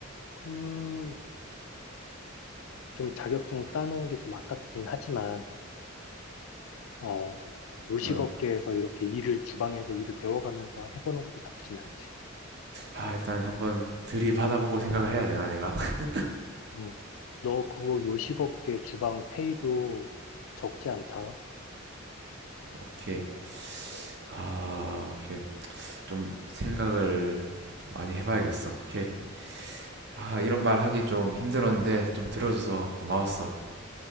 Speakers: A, on the left (about 80°); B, on the right (about 55°).
A: 그 좀 자격증 따놓은 게 좀 아깝긴 하지만 어 요식업계에서
B: 한 번.
A: 이렇게 일을 주방에서 일을 배워가면서 해보는 것도 나쁘진 않지.
B: 아, 일단 한번 들이받아보고 생각을 해야 되나, 내가? <laughs>
A: 음. 너 그거 요식업계 주방 페이도 적지 않다?
B: 오케이. 아, 오케이. 좀 생각을 많이 해봐야겠어. 오케이. 아, 이런 말 하기 좀 힘들었는데 좀 들어줘서 고마웠어.